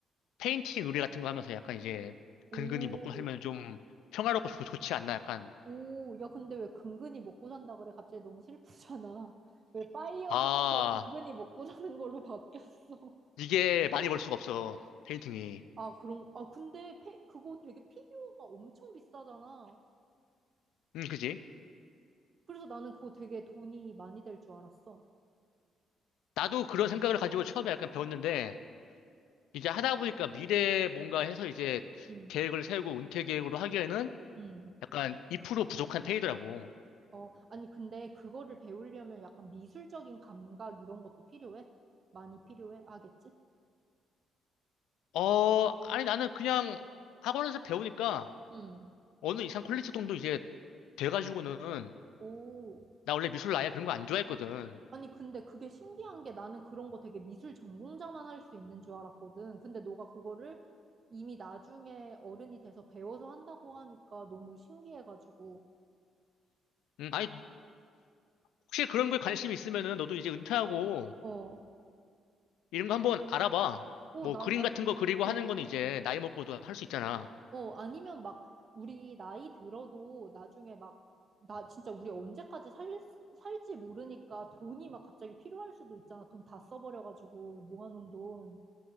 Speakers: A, on the left (about 85°); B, on the right (about 45°).
A: 페인팅 의뢰 같은 거 하면서 약간 이제
B: 오,
A: 근근히 먹고 살면 좀 평화롭고 좋- 좋지 않나 약간.
B: 오. 야, 근데 왜 근근히 먹고 산다 그래? 갑자기 너무 슬프잖아. <laughs> 왜 파이어
A: 아,
B: 쪽에서 근근히 먹고 사는 걸로 <laughs> 바뀌었어?
A: 이게 많이 벌 수가 없어. 페인팅이.
B: 아, 그런, 아, 근데 페, 그거 되게 피규어가 엄청 비싸잖아.
A: 음, 그지?
B: 그래서 나는 그거 되게 돈이 많이 될 줄 알았어.
A: 나도 그런 생각을 가지고 처음에 약간 배웠는데 이제 하다 보니까 미래 뭔가 해서 이제
B: 응,
A: 계획을 세우고 은퇴 계획으로 하기에는
B: 응.
A: 약간 2% 부족한 페이더라고.
B: 어, 아니, 근데 그거를 배우려면 약간 미술적인 감각 이런 것도 필요해? 많이 필요해? 하겠지?
A: 어, 아니 나는 그냥 학원에서 배우니까
B: 응.
A: 어느 이상 퀄리티 정도 이제 돼가지고는
B: 오.
A: 나 원래 미술 아예 그런 거 안 좋아했거든.
B: 아니, 근데 그게 신기한 게 나는 그런 거 되게 미술 전공자만 할 수 있는 줄 알았거든. 근데 너가 그거를 이미 나중에 어른이 돼서 배워서 한다고 하니까 너무 신기해가지고.
A: 음, 아니 혹시 그런 거에 관심 이 있으면은 너도 이제 은퇴하고
B: 어,
A: 이런 거 한번 알아봐.
B: 어,
A: 뭐
B: 나,
A: 그림
B: 아니,
A: 같은 거 그리고
B: 어,
A: 하는 건 이제 나이 먹고도 할 수 있잖아.
B: 어, 아니면 막 우리 나이 들어도 나중에 막 나 진짜 우리 언제까지 살, 살지 모르니까 돈이 막 갑자기 필요할 수도 있잖아. 돈 다 써버려가지고 모아놓은 돈.